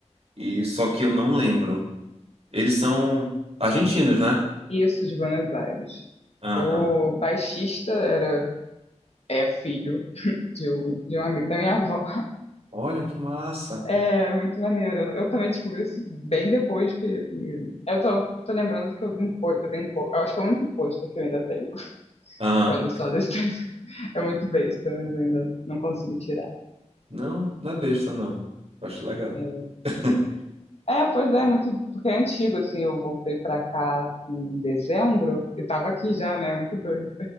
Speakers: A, on the right (about 55°); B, on the left (about 60°).
A: e só que eu não lembro. Eles são argentinos, né?
B: Isso de Buenos Aires.
A: Aham.
B: O baixista era é filho <laughs> de um, de um amigo da minha avó.
A: Olha que massa.
B: É muito maneiro. Eu, eu também descobri isso bem depois que eu tô, tô lembrando porque eu vi um post, eu tenho um post, eu acho que é o único post que eu ainda tenho, <laughs> que
A: Aham.
B: é o do Soda Stereo. É muito besta, mas eu ainda não consigo tirar.
A: Não, não é besta não. Eu Acho legal.
B: É,
A: <laughs>
B: É, pois é, muito, porque é antigo, assim, eu voltei pra cá em dezembro e tava aqui já, né? Muito doido.